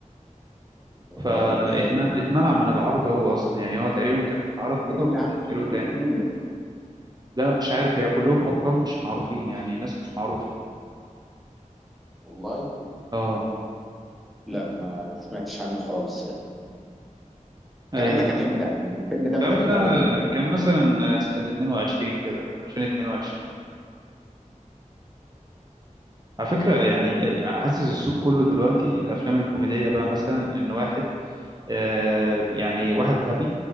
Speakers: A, in the centre; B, on the right.
A: والله
B: فاتمنع
A: آه،
B: من العرض هو أصلا يعني هو تقريبا كان اتعرض
A: مين
B: كده وبعدين
A: اللي عامل
B: شالوه
A: بطولة
B: تاني
A: مين ده؟
B: لا مش عارف هي كلهم أبطال مش معروفين يعني ناس مش معروفة
A: والله
B: اه
A: لا ما سمعتش عنه خالص يعني الكلام
B: ايوه
A: ده كان امتى؟ الفيلم ده بدأ
B: الكلام
A: يتعرض
B: ده
A: امتى؟
B: كان مثلا سنة 22 كده 2022 على فكرة يعني آه، أنا حاسس السوق كله دلوقتي الأفلام الكوميدية بقى مثلا إن واحد آه، يعني واحد غبي